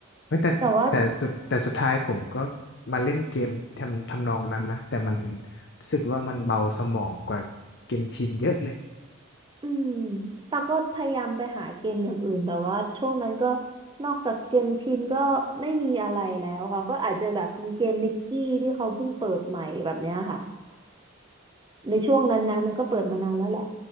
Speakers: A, on the left (about 55°); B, on the right (about 20°).
A: เฮ้ยแต่แต่สุดแต่สุดท้ายผมก็
B: แต่ว่า
A: มาเล่นเกมทำทำนองนั้นนะแต่มันรู้สึกว่ามันเบาสมองกว่าเกนชินเยอะเลย
B: อืมแต่ก็พยายามไปหาเกมอย่างอื่นแต่ว่าช่วงนั้นก็นอกจากเกมชินก็ไม่มีอะไรแล้วค่ะก็อาจจะแบบมีเกมนิกกี้ที่เขาเพิ่งเปิดใหม่แบบเนี้ยค่ะในช่วงนั้นนะมันก็เปิดมานานแล้วแหละ